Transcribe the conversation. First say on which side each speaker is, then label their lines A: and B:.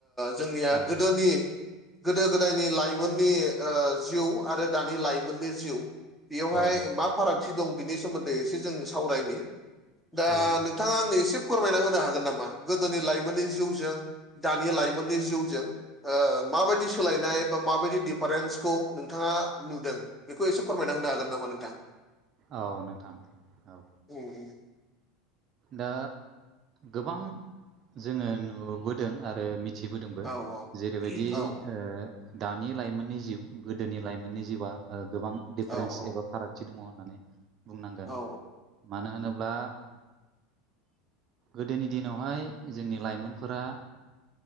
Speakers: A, in the centre; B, on the right (about 40°).
A: जोंनिया
B: औ
A: गोदोनि गोदो गोदायनि लाइमोननि जिउ आरो दानि लाइमोननि जिउ बेयावहाय
B: औ
A: मा फारागथि दं बिनि सोमोन्दै एसे जों सावरायनि दा
B: औ
A: नोंथाङा आंनो एसे फोरमायना होनो हागोन नामा गोदोनि लाइमोननि जिउजों दानि लाइमोननि जिउजों माबायदि सोलायनाय बा माबायदि दिफारेन्सखौ नोंथाङा नुदों बेखौ एसे फोरमायना होनो हागोन नामा नोंथां
B: औ नोंथां औ
A: उम उम
B: दा गोबां जोङो नुबोदों आरो मिथि थिबोदोंबो
A: औ
B: जेरैबायदि ओ
A: औ
B: दानि लाइमोननि जिउ गोदोनि लाइमोननि जिउआ गोबां दिफारेन्स
A: औ औ
B: एबा फारागथि दङ होननानै बुंनांगोन
A: औ
B: मानो होनोब्ला गोदोनि दिनावहाय जोंनि लाइमोनफोरा